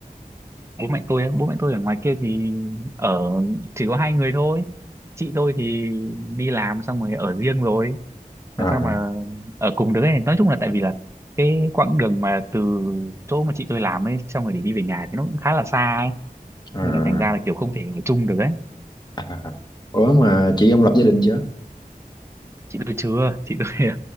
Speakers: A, on the right; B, on the left.
A: bố mẹ tôi á bố mẹ tôi ở ngoài kia thì ở chỉ có hai người thôi chị tôi thì đi làm xong rồi ở riêng rồi
B: À,
A: làm sao mà ở cùng được ấy nói chung là tại vì là cái quãng đường mà từ chỗ mà chị tôi làm ấy xong rồi để đi về nhà thì nó cũng khá là xa ấy
B: à,
A: nên là thành ra là kiểu không thể ở chung được ấy
B: à. Ủa mà chị ông lập gia đình chưa?
A: chị tôi chưa chị tôi <laughs>